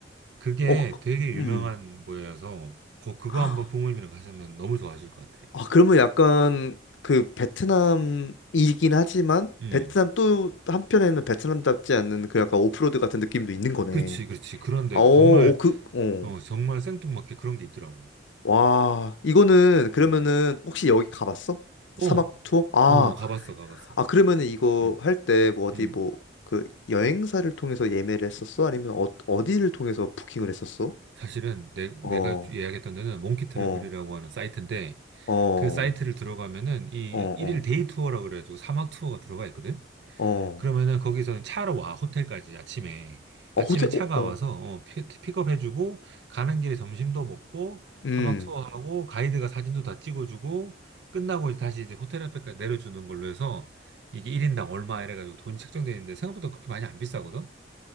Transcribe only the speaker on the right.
그게
되게
유명한 거여서 거, 그거
한번 부모님이랑 가시면 너무 좋아하실 것 같아.
음,
그렇지, 그렇지. 그런 데가
정말
어 정말 생뚱맞게 그런 게 있더라고.
어,
어,
어, 가봤어, 가봤어.
음,
음.
사실은 내, 내가
예약했던 데는 몽키 트래블이라고
하는 사이트인데
그 사이트를 들어가면은 이
일일
데이 투어라고 그래가지고 사막 투어가 들어가 있거든.
그러면은 거기서 차로 와, 호텔까지 아침에.
아침에
차가
와서 어, 피, 픽업해주고, 가는 길에 점심도 먹고,
사막 투어하고, 가이드가 사진도 다 찍어주고, 끝나고 이제 다시 이제 호텔 앞에까지 내려주는 걸로 해서 이게 1인당 얼마 이래가지고 돈이 책정돼 있는데 생각보다 그렇게 많이 안 비싸거든?